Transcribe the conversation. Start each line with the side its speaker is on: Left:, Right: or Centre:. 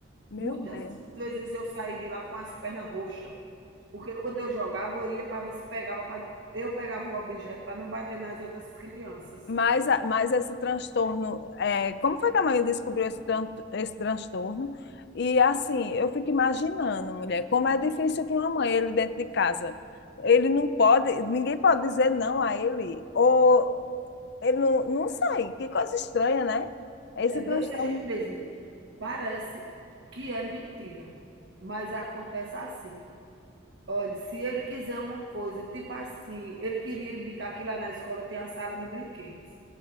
Left: Meu
Right: Muitas
Left: Deus.
Right: vezes eu saí de lá com as pernas roxas, porque quando eu jogava, eu ia para ver se pegava. Pra... Eu pegava o objeto para não bater nas outras crianças.
Left: Mas, a- mas esse transtorno, é, como foi que a mãe descobriu esse, tran- esse transtorno? E assim, eu fico imaginando, mulher, como é difícil para uma mãe ele dentro de casa. Ele não pode, ninguém pode dizer não a ele. Ou ele não, não sei, que coisa estranha, né? Esse
Right: É desse
Left: transtorno
Right: jeito mesmo. Parece que é mentira, mas acontece assim. Olha, se ele quiser uma coisa, tipo assim, ele queria ir brincar que lá na escola tem a sala de brinquedos.